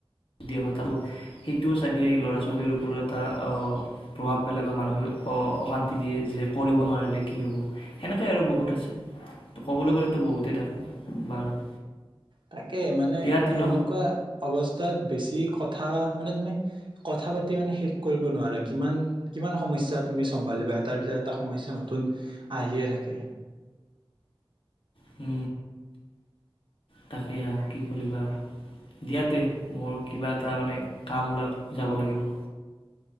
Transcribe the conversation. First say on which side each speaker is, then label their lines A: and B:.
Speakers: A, on the left (about 70°); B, on the right (about 60°).
A: দিয়া হয় তোৰো সেইটোও চাগে ল'ৰা-ছোৱালীৰ ওপৰত এটা অ প্ৰভাৱ পেলাই বা মানসিক অশান্তি দিয়ে যে কৰিব নোৱাৰিলে কি হ'ব সেনেকাই আৰু বহুত আছে ত ক'বলৈ গ'লেতো বহুতেই থাকে বাৰু
B: তাকে মানে
A: দিয়াতে ন
B: এনেকুৱা অৱস্থাত বেছ- তি কথা মানে তুমি কথা পাতি মানে শেষ কৰিব নোৱাৰা কিমান কিমান সমস্যা তুমি চম্ভালিবা এটা তাৰ পিছত এটা সমস্যা নতুন আহিয়ে থাকে।
A: হু তাকে হা কি কৰিবা দিয়াতে মোৰ কিবা এটা মানে কাম ওলাল যাব লাগিব।